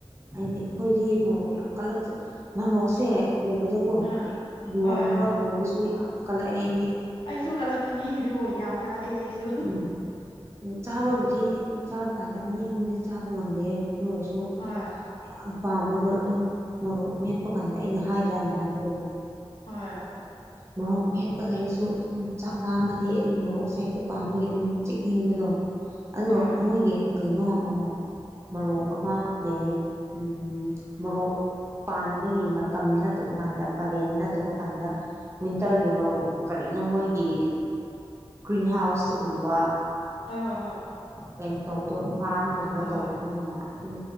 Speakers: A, on the right; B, on the left.
A: ꯑꯩꯗꯤ ꯑꯩꯈꯣꯏꯗꯤ ꯃꯣꯔꯣꯛ ꯌꯥꯝ ꯀꯜꯂꯛꯆꯩ ꯃꯣꯔꯣꯛꯁꯦ ꯎꯕꯗꯀꯣ
B: ꯑꯥ
A: ꯌꯣꯟꯕ
B: ꯍꯣꯏ
A: ꯎꯔꯁꯨ ꯌꯥꯝ ꯀꯠꯂꯛꯑꯦ ꯍꯥꯏꯗꯤ
B: ꯑꯩꯁꯨ ꯀꯜꯂꯛꯄꯅꯦ ꯑꯗꯨ ꯌꯥꯝ ꯀꯂꯛꯑꯦ ꯑꯩꯁꯨ
A: ꯎꯝ ꯆꯥꯕꯕꯨꯗꯤ ꯆꯥꯕ ꯀꯥꯟꯗ ꯑꯅꯤ ꯑꯍꯨꯝꯗꯤ ꯆꯥꯕ ꯉꯝꯗꯦ ꯑꯗꯨ ꯑꯣꯏꯔꯁꯨ
B: ꯍꯣꯏ
A: ꯌꯥꯝ ꯄꯥꯝꯕꯗꯣ ꯑꯗꯨ ꯃꯣꯔꯣꯛ ꯃꯦꯠꯄ ꯀꯥꯟꯗ ꯑꯩꯅ ꯍꯥꯏꯗ꯭ꯔꯥ ꯅꯍꯥꯟꯗꯣ
B: ꯍꯣꯏ
A: ꯃꯣꯔꯣꯛ ꯃꯦꯠꯄ ꯂꯩꯔꯁꯨ ꯑꯗꯨꯝ ꯆꯥꯛꯂꯥꯝꯃꯗꯤ ꯑꯩꯗꯤ ꯃꯣꯔꯣꯛꯁꯦ ꯍꯦꯛꯇ ꯄꯥꯝꯕꯒꯤ ꯑꯗꯨꯝ ꯆꯤꯛꯅꯤꯡꯕꯗꯣ ꯑꯗꯨꯒ
B: ꯍꯣꯏ
A: ꯃꯣꯏꯒꯤ ꯀꯩꯅꯣ ꯃꯣꯔꯣꯛ ꯑꯃ ꯂꯩꯌꯦ ꯎꯝ ꯃꯣꯔꯣꯛ ꯄꯥꯟꯕꯒꯤ ꯃꯇꯝ ꯅꯠꯇꯕ ꯀꯥꯟꯗ ꯀꯥꯂꯦꯟ ꯅꯠꯇꯕ ꯀꯥꯟꯗ ꯋꯤꯟꯇꯔꯒꯤ ꯃꯔꯣꯛ ꯀꯔꯤ ꯃꯣꯏꯒꯤ ꯒ꯭ꯔꯤꯟ ꯍꯥꯎꯁꯇꯒꯨꯝꯕ
B: ꯍꯣꯏ ꯍꯣꯏ ꯍꯣꯏ
A: ꯀꯩꯅꯣ ꯇꯧꯗꯕ ꯐꯥꯔꯝꯒꯨꯝꯕ
B: ꯍꯣꯏ
A: ꯇꯧꯕ
B: ꯍꯣꯏ
A: ꯑꯩꯈꯣꯏꯅ ꯑꯗꯨꯝ